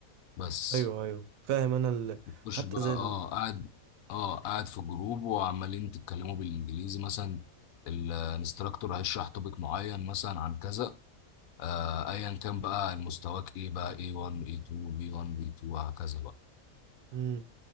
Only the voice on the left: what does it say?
بس
بتخش
بقى
اه
قاعد اه قاعد في جروب وعمالين تتكلموا بالانجليزي مثلا الانستراكتور هيشرح توبيك معين مثلا عن كذا آه، ايا كان بقى مستواك ايه بقى A1 A2 B1 B2 وهكذا بقى